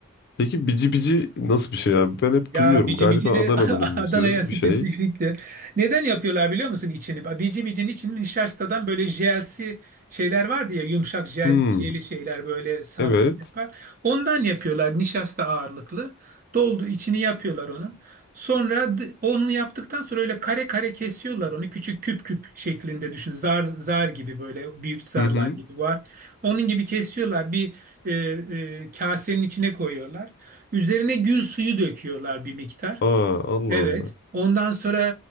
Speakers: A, on the left; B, on the right.
A: Peki bici bici nasıl bir şey abi? Ben hep
B: Ya
A: duyuyorum.
B: bici
A: Galiba
B: bici de
A: Adana'nın
B: <laughs>
A: ünlüsü
B: Adana'ya spesifik
A: bir şey.
B: de. Neden yapıyorlar biliyor musun içini? Bici bicinin içini nişastadan böyle jelsi şeyler vardı ya yumuşak jel,
A: Hmm,
B: jeli şeyler böyle saf
A: evet.
B: yapar. Ondan yapıyorlar nişasta ağırlıklı. Doldu içini yapıyorlar onun. Sonra d- onu yaptıktan sonra öyle kare kare kesiyorlar onu. Küçük küp küp şeklinde düşün. Zar zar gibi böyle büyük zarlar
A: Hı hı.
B: gibi var. Onun gibi kesiyorlar. Bir e, e, kasenin içine koyuyorlar. Üzerine gül suyu döküyorlar bir miktar.
A: Aa Allah
B: Evet.
A: Allah.
B: Ondan sonra